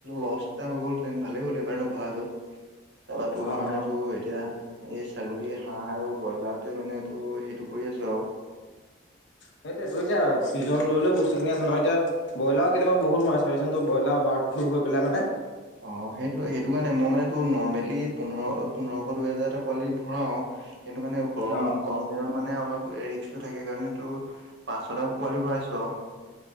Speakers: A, on the right (about 65°); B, on the left (about 70°).
A: লছ এটা হৈ গলহেতেন ভালে হ'ল এইবাৰ নভৰালো তাৰপৰা তোৰ
B: অ
A: মানে
B: অ
A: তোৰ এতিয়া এই ছাগলী হাঁহ আৰু ব্ৰইলাৰতে মানে টো হেইটো কৰি আছো আৰু
B: সেইটোয়ে তো এতিয়া ছিজন লৈলৈ বস্তু খিনি আছে নহয় এতিয়া ব্ৰলাৰ কেতিয়াবা বহুত মি চাবিচোন ব্ৰইলাৰ বাৰ্ড ফ্লু হৈ পাই মানে
A: অ সেইটো সেইটো কাৰণে মই মানে ত নৰ্মেলি পোন্ধৰ পোন্ধৰশ দুইহেজাৰ এটা পোৱালি ভৰাও সিটো মানে গৰম
B: অ'।
A: গৰম দিনত মানে মানে অলপ ৰিক্সটো থাকে কাৰণে তো পাঁচ ছটা পোৱালি ভৰাইছো আৰু।